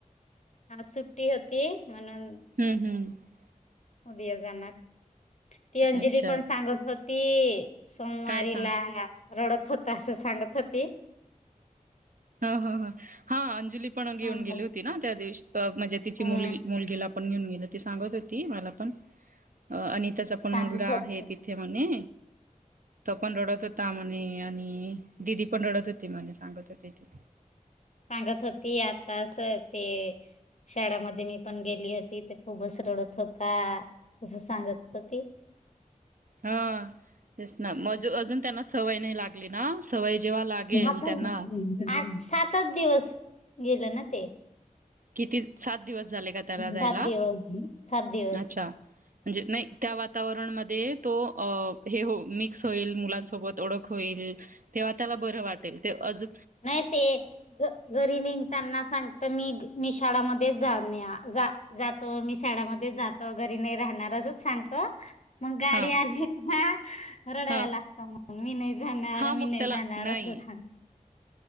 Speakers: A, on the left; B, on the right.
A: हा सुट्टी होती म्हणून
B: हम्म हम्म
A: उदया जाणार ती अंजली
B: अच्छा
A: पण सांगत होत ती सोमवारीला
B: काय सांग
A: रडत होता अस साांगत होती
B: ह ह हा अंजली पण येऊन
A: हम्म
B: गेली होती ना त्या दिवशी म्हणजे तिची
A: हम्म
B: मुल मुलगीला आपण घेऊन गेल ती सांगत होती मला पण आणिनि त्याच पण
A: सांगत
B: मुलगा
A: होती.
B: आहे तिथे म्हणे तो पण रडत होता म्हणे आणि दिदी पण रडत होती म्हणे सांगत होते ती
A: सांगत होती आताच ते शाळेमध्ये मी पण गेली होती ते खूपसरडत होता असं सांगत होती
B: हा दिस ना मज अजून त्यांना सवय नाही लागते लाली ना सवय जेव्हा लागेल
A: आठच
B: त्यांना
A: आठ सातच दिवस गेलं ना ते
B: किती सात दिवस झाले का त्याला जायला
A: सात दिवस सात दिवस
B: अच्छा म्हणजे नाही त्या वातावरणमध्ये तो हे हो मिक्स होईल मुलांसोबत ओळख होईल तेव्हा त्याला बरं वाटेल ते अज
A: नय ते घरी निघताना सांगत मी मिशाळामध्येच जाणे जातो मी शाळामध्ये जातो घरी नाही राहणार असंच सांगतो मग गाडी
B: हा
A: आली का रडायला
B: हा
A: लागत मग मी नाही जाणार
B: हा मग
A: मी नाही
B: त्याला
A: जाणार
B: नाही
A: असं सांग